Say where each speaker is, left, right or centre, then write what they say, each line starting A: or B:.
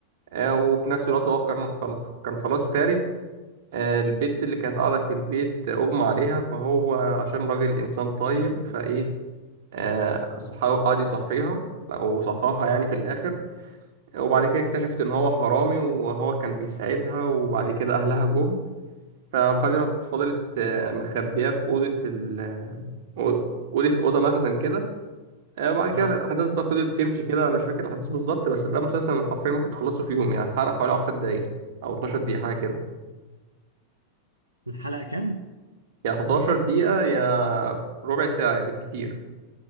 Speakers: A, on the right; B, on the right.
A: آه، وفي نفس الوقت هو كان خل- كان خلاص خارج آه، البت اللي كانت قاعدة في البيت آه، أغمى عليها فهو عشان راجل إنسان طيب فإيه آه، صحا- قعد يصحيها أو صحاها يعني في الآخر وبعد كده اكتشفت إن هو حرامي وهو كان بيساعدها وبعد كده أهلها جم ففضلت فضلت آه، مخبية في أوضة ال أوضة أوضة مخزن كده آه، وبعد كده
B: اه
A: الأحداث بقى فضلت تمشي كده أنا مش فاكر الأحداث بالظبط بس ده مسلسل حرفيا ممكن تخلصه في يوم يعني حلقة حوالي 10 دقايق أو 12 دقيقة حاجة كده
B: الحلقة كام
A: يا 11 دقيقة يا ربع ساعة بالكتير